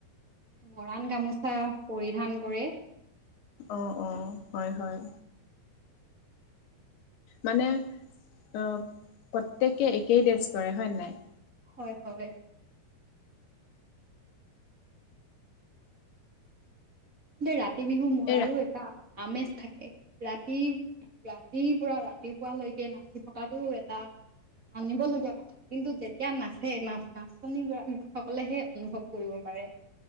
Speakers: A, on the right; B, on the left.
A: মৰাণ, গামোচা পৰিধান কৰে।
B: অহ, অহ হয়, হয়। মানে প্ৰত্যেকে একেই ড্ৰেছ কৰে হয়নে নাই।
A: হয় হয়। ৰাতি বিহু, মোৰাৰো
B: এই
A: এটা আমেজ থাকে। ৰাতি ৰাতিৰ পৰা ৰাতিপুৱালৈকে নাচি থকাতটো এটা মানিব লগীয়া কথা। কিন্তু যেতিয়া নাচে না নাচনি গৰাকী সকলেহে অনুভৱ কৰিব পাৰে।